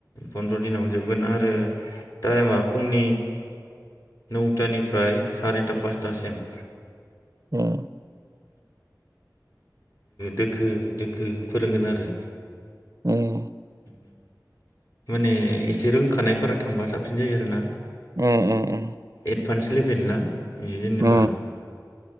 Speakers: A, on the left; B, on the right.
A: फन्द्र दिनावनो जोबगोन आरो टाइमा फुंनि नौथानिफ्राय सारिता पासथासिम
B: उम
A: दोखो दोखो फोरोंगोन आरो
B: उम
A: उम माने एसे रोंखानायफोरा थांबा साबसिन जायो आरो ना
B: उम उम उम
A: एडभान्स लेभेल ना बि जेनेबा
B: उम